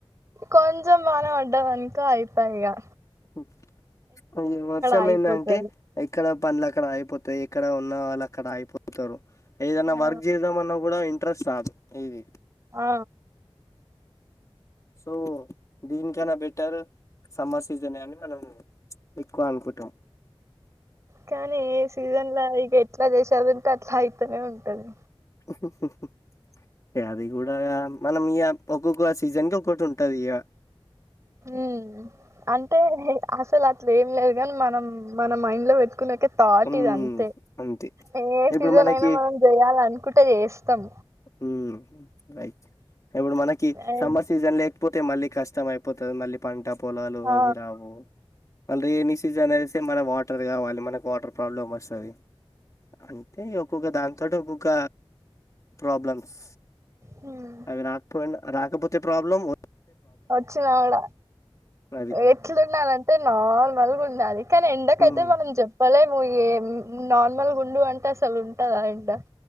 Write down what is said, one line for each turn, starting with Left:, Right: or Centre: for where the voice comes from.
Right: కొంచెం వాన పడ్డదన్కొ అయిపోయ్ ఇక
Left: మ్ ఈడ వర్షమయిందంటే
Right: ఆగిపోతారు
Left: ఇక్కడ పనులు అక్కడ ఆగిపోతాయి ఎక్కడ ఉన్న వాళ్ళు అక్కడ ఆగిపోతారు ఏదన్నా
Right: ఆ
Left: వర్క్ చేద్దామన్నా కూడా ఇన్ ఇంట్రస్ట్ రాదు ఏది
Right: ఆ
Left: సో దీన్ చనా బెటర్ సమ్మర్ సీజన్ అని మనం ఎక్కువ అనుకుంటాం
Right: కానీ సీజన్లా ఇగ అట్లా చేసేదింటే అట్లా అయితేనే ఉంటది
Left: ఆహ్ హు హు హు ఇ అది కూడా మనం ఇక ఒక్కొక్క సీజన్ కి ఒకటి ఉంటది ఇక
Right: ఉమ్ అంటే అసలు అట్లు ఏం లేదు కాని మనం మన మైండ్ లో పెట్టుకున్నాక థాట్
Left: మ్మ్
Right: ఇది అంతే
Left: అంతే
Right: ఏ
Left: ఇప్పుడు
Right: సిజన్
Left: మనకి
Right: అయినా మనం చేయాల అనుకుంటే చేస్తాం
Left: ఉమ్ రయిట్ ఇప్పుడు మనకి
Right: అండ్
Left: సమ్మర్ సీజన్ లే కపోతే మళ్ళీ కష్టం అయిపోతుంది మళ్ళ పంట పొలాలు
Right: ఆ
Left: అ రావు మ ఎన్ని సీజన్ వే మన వా టర్ కావాలి మనకు వాటర్ ప్రాబ్లమ్ వస్తుంది అంటే ఒక్కొక్క దానింతోటి ఒక్కొక్క ప్రాబ్లమ్స్
Right: హ్మ్,
Left: అవి రాకపోయి రాకపోతే ప్రాబ్లమ్
Right: వచ్చినావిడ
Left: అది
Right: ఎట్లుండాలంటే నార్మల్గా ఉండాలి కానీ ఎండకయితే
Left: ఉమ్,
Right: మనం చెప్పలేమ్ ఏ నార్మల్ గుండు అంటే అసలు ఉంటదా ఎండ